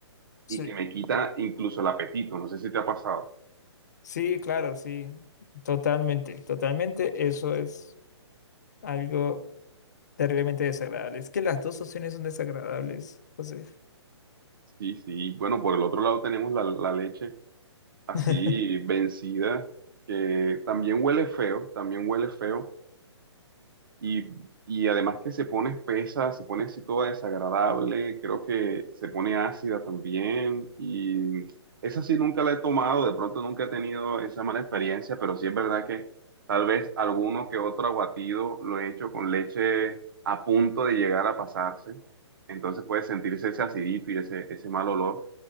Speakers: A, on the left; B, on the right.
A: Sí,
B: y que me quita incluso el apetito. No sé si te ha pasado.
A: sí, claro, sí, totalmente, totalmente, eso es algo terriblemente desagradable. Es que las dos opciones son desagradables, José.
B: Sí, sí. Bueno, por el otro lado tenemos la, la leche así
A: <laughs>
B: vencida, que también huele feo, también huele feo Y, y además que se pone espesa, se pone así toda desagradable, creo que se pone ácida también. Y esa sí nunca la he tomado, de pronto nunca he tenido esa mala experiencia, pero sí es verdad que tal vez alguno que otro aguatido lo he hecho con leche a punto de llegar a pasarse. Entonces puede sentirse ese acidito y ese, ese mal olor,